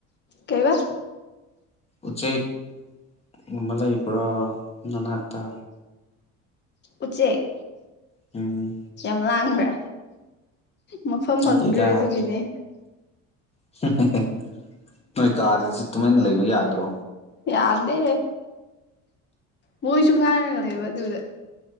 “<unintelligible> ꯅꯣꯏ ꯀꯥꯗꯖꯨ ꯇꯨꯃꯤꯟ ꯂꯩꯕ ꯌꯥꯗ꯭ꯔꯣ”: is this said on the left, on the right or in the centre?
Left